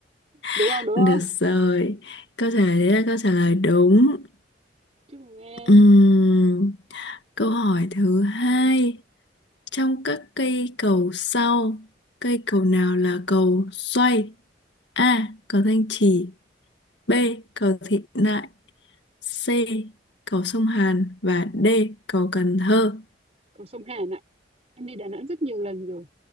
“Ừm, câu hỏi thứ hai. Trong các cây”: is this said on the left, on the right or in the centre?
Left